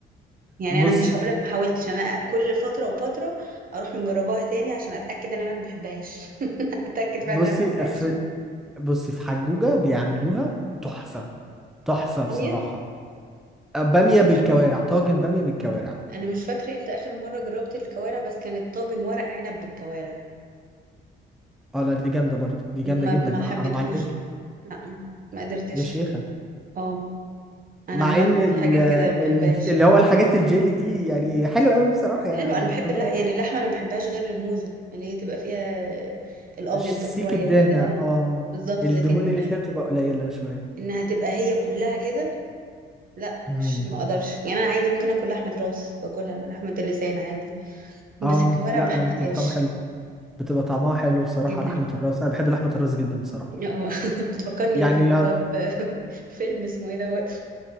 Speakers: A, on the right; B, in the centre.
A: يعني
B: بصي
A: انا مش هقولك ما حاولتش انا كل فتره وفتره اروح مجرباها تاني عشان اتاكد ان انا ما بحبهاش <laughs> اتاكد
B: بصي
A: فعلا ان انا ما بحبهاش
B: في بصي في حجوجه بيعملوها تحفه تحفه بصراحه
A: باميه
B: باميه
A: انا مش
B: بالكوارع طاجن باميه بالكوارع
A: أنا مش فاكره امتى اخر مره جربت الكوارع بس كانت طاجن ورق عنب بالكوارع
B: اه لا دي جامده برضو دي جامده
A: ما
B: جدا
A: ما
B: بقى
A: حبيتهوش
B: حرام عليك
A: لا ما قدرتش
B: يا شيخة
A: اه انا
B: مع
A: عامه
B: ان ال-
A: في حاجات
B: ال-
A: كده ما بحبهاش
B: اللي هو الحاجات الجيلي دي يعني حلوة قوي بصراحة يعني
A: حلو
B: انا
A: انا بحب
B: بحبها
A: اللحمه
B: قوي
A: يعني اللحمه انا ما بحبهاش غير الموزه اللي هي تبقى فيها الابيض
B: سيك
A: ده شويه
B: الدهنة
A: كده او
B: اه
A: بالظبط
B: الدهون
A: لكن
B: اللي فيها بتبقى قليلة شوية
A: انها تبقى هي كلها كده لا
B: مم.
A: مش ما اقدرش يعني انا عادي ممكن اكل لحمه راس باكلها لحمه اللسان عادي
B: اه
A: بس الكوارع
B: لا
A: ما حبيتهاش
B: لا بتبقى طعمها حلو بتبقى طعمها حلو بصراحة
A: جدا
B: لحمة الراس انا بحب لحمة الراس جدا بصراحة
A: اه <laughs> بتفكرني
B: يعني
A: في اللي هو
B: اه
A: ب- <laughs> فيلم اسمه ايه دوت